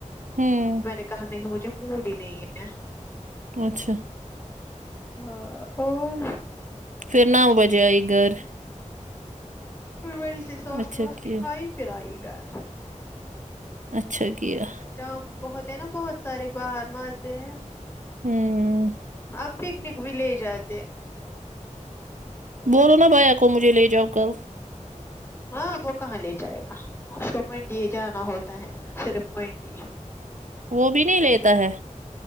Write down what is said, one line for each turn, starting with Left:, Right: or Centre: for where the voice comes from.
Right: ہوں
Left: میں نے کہا نہیں مجھے موڈ ہی نہیں ہے
Right: اچھا
Left: ہاں اور
Right: پھر نو بجے آئی گھر
Left: پھر وہیں سے سافٹی
Right: اچھا
Left: وافٹی
Right: کیا
Left: کھائی پھر آئی گھر
Right: اچھا کیا
Left: شام کو ہوتے ہیں نا بہت سارے باہر مزہ
Right: ہوں
Left: اب پکنک بھی لے جاتے
Right: بولو نا بھیا کو مجھے لے جاؤ کل
Left: ہاں وہ کہاں لے جائے گا اس کو منڈی جانا ہوتا ہے صرف منڈی
Right: وہ بھی نہیں لیتا ہے